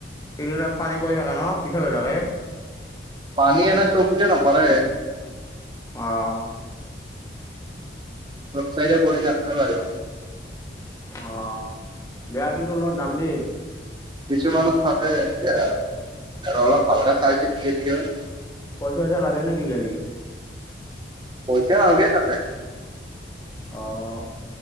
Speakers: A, on the left; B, on the right.
A: এই ত পানী পৰি থাকে ন পিছল হৈ থাকে।
B: পানী এনে চ চকুতে নপৰে।
A: অহ,
B: ৰচাইড পৰি আছে আৰু।
A: অ' বেয়া কিন্তু অলপ যাম দেই।
B: কিছু মানুহ থাকে এ অলপ ভালকে চাই চিনি গেলিয় হল।
A: পইচা ছইচা লাগে নেকি গেলি?
B: পইচা নালগে ততে।
A: অ',